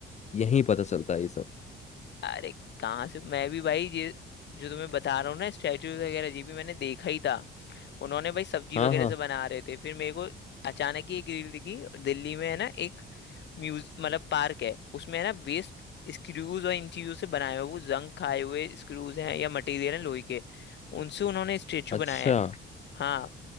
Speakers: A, on the left; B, on the left.
A: यही पता चलता है ये सब
B: अरे कहाँ से मैं भी भाई ये जो तुम्हें बता रहा हूँ ना स्टैचू वगैरह ये भी मैंने देखा ही था उन्होंने भाई सब्जी
A: हाँ
B: वगैरह
A: हाँ
B: से बना रहे थे फिर मेरे को अचानक ही एक रील दिखी दिल्ली में है ना एक म्यूज मतलब पार्क है उसमें है ना वेस्ट स्क्रूज और इन चीजों से बनाए हुए वो जंग खाए हुए स्क्रूज हैं या मटेरियल है लोहे के उनसे उन्होंने स्टेचू
A: अच्छा
B: बनाया है हाँ